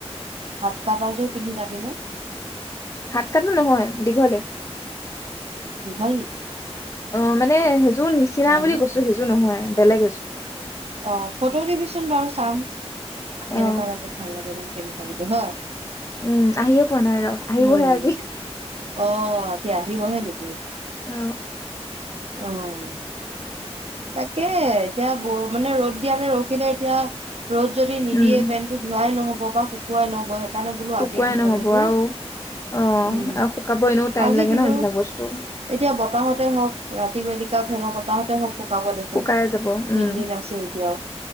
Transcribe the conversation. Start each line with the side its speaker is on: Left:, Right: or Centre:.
Right: হাত কাটাজোৰ পিন্ধি যাবিনে।
Left: হাত কাটটো নহয় দীঘলে।
Right: দীঘল নেকি।
Left: অ মানে টোৰ নিচিনা
Right: জানো
Left: বুলি কৈছো সেইযোৰ নহয় বেলেগ হৈছো।
Right: অ ফটো দিবিচোন বাৰু চাম। তেনেকুৱা
Left: অ
Right: লাগে ভাল লাগে নে। কেনেকুৱা লাগে ন।
Left: উম, আহিয়ে পোৱা নাই ৰ আহিবহে
Right: উম
Left: আজি।
Right: অ আজি আহিবহে নিকি।
Left: অ
Right: আহ। তাকে এতিয়া বৌ মানে ৰ'দ দিয়া ৰদ যাবি নে এতিয়া। ৰ'দ যদি নিদিয়ে
Left: উম
Right: পেণ্টটো ধুৱাই নহ'ব। হব বা শুকুৱাই নহব। সেইকাৰণে বোলো
Left: শুকুৱাই
Right: আজিয়ে ধুবলে
Left: নহব
Right: দিওঁ
Left: আৰু অ
Right: উম
Left: আৰু শুকাব এনেও টাইম
Right: আজি
Left: লাগে
Right: দিলে
Left: ন এইবিলাক
Right: হওক
Left: বস্তু
Right: এতিয়া বতাহতে হওক। ৰাতি বেলিকা ফেনৰ বতাহতে শুকাব দেচোন
Left: শুকাই যাব
Right: তিনদিন
Left: উম,
Right: আছে এতিয়াও